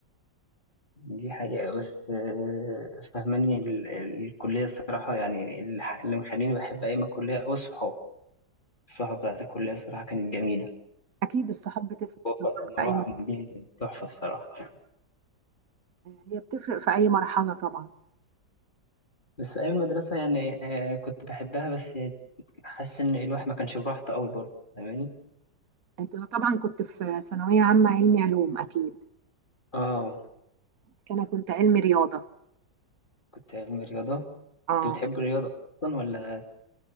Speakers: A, on the left; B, on the right.
A: دي حقيقة بس آه، فاهماني ال- ال- الكلية الصراحة يعني اللي اللي مخليني بحب أيام الكلية هو الصحاب الصحاب بتاعت الكلية الصراحة كانت جميلة
B: أكيد الصحاب بتفرق
A: هو
B: طبعا
A: بقى
B: في
A: مروح
B: أي مرحلة
A: ومجيه كانت تحفة الصراحة
B: هي بتفرق في أي مرحلة طبعا
A: بس أيام المدرسة يعني آه كنت بحبها بس حاسس إن الواحد ما كانش براحته قوي برضه فاهماني؟
B: أنت طبعا كنت في ثانوية عامة علمي علوم أكيد
A: آه
B: بس أنا كنت علمي رياضة
A: كنت علم رياضة كنت
B: أه
A: بتحب الرياضة أصلا ولا